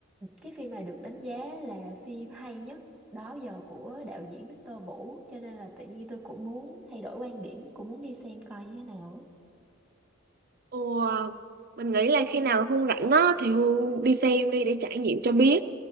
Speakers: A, in the centre; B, on the right (about 45°).
A: cái phim này được đánh giá là phim hay nhất đó giờ của đạo diễn Victor Vũ cho nên là tự nhiên tôi cũng muốn thay đổi quan điểm cũng muốn đi xem coi như thế nào á
B: Ồ, mình nghĩ là khi nào Hương rảnh á thì Hương đi xem đi để trải nghiệm cho biết